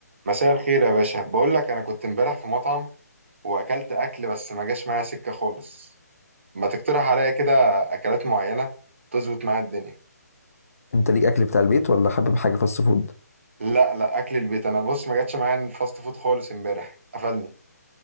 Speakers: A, on the right; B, on the left.
A: مساء الخير يا باشا بقول لك انا كنت امبارح في مطعم واكلت اكل بس ما جاش معايا سكه خالص ما تقترح عليا كده اكلات معينه تظبط معايا الدنيا
B: انت ليك اكل بتاع البيت ولا حابب حاجه فاست فود
A: لا لا اكل البيت انا بص ما جاتش معايا الفاست فود خالص امبارح قفلني